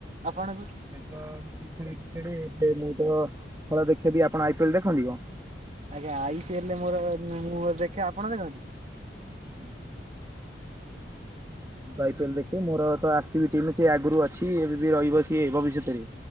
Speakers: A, on the right; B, on the right.
A: ଆପଣଙ୍କୁ
B: ସେଥିପାଇଁ ତ ମୁଁ ବି ଖେଳେ ଏବେ ମୁଁ ତ ଖେଳ ଦେଖେ ବି ଆପଣ ଆଇ ପି ଏଲ୍ ଦେଖନ୍ତି କଣ?
A: ଆଜ୍ଞା ଆଇ ପି ଏଲ ମୋର ମୁଁ ଦେଖେ, ଆପଣ ଦେଖନ୍ତି?
B: <inaudible> ଆଇ ପି ଏଲ ଦେଖେ ମୋର ତ ଆର ସି ବି ଟିମ ସେ ଆଗରୁ ଅଛି ଏବେ ବି ରହିବ ସିଏ ଭବିଷ୍ୟତରେ।